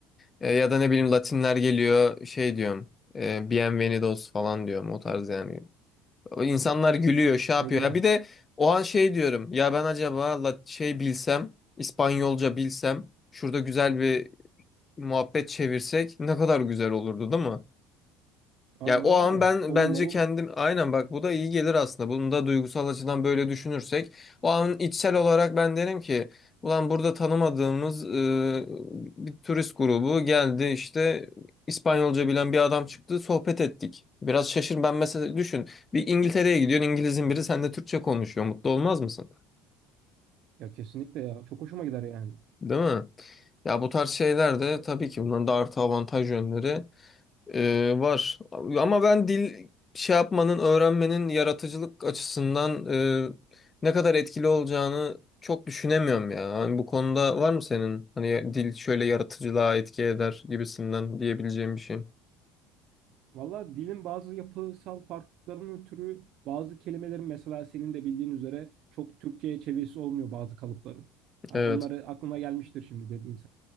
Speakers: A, on the left; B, on the right.
A: E, ya da ne bileyim Latinler geliyor şey diyorum. E, Bienvenidos falan diyorum. O tarz yani. O İnsanlar gülüyor, şey
B: Ne
A: yapıyor.
B: güzel.
A: Ya bir de o an şey diyorum. Ya ben acaba la- şey bilsem, İspanyolca bilsem, şurada güzel bir muhabbet çevirsek ne kadar güzel olurdu, değil mi?
B: Aynen
A: Ya o
B: öyle.
A: an ben
B: On
A: bence
B: numara olur.
A: kendim aynen bak bu da iyi gelir aslında. Bunu da duygusal açıdan böyle düşünürsek o an içsel olarak ben derim ki ulan burada tanımadığımız e, bir turist grubu geldi işte İspanyolca bilen bir adam çıktı sohbet ettik. Biraz şaşır ben mesela düşün bir İngiltere'ye gidiyorsun İngiliz'in biri seninle Türkçe konuşuyor mutlu olmaz mısın?
B: Ya kesinlikle ya. Çok hoşuma gider yani.
A: Değil mi? Ya bu tarz şeyler de tabii ki bunların da artı avantaj yönleri e, var. Ama ben dil şey yapmanın, öğrenmenin yaratıcılık açısından e, ne kadar etkili olacağını çok düşünemiyorum ya. Hani bu konuda var mı senin hani ya- dil şöyle yaratıcılığa etki eder gibisinden diyebileceğim bir şey?
B: Valla dilin bazı yapısal farklılıklarının ötürü bazı kelimelerin mesela senin de bildiğin üzere çok Türkçe'ye çevirisi olmuyor bazı kalıpların. Yani
A: Evet.
B: onları aklıma gelmiştir şimdi dediğin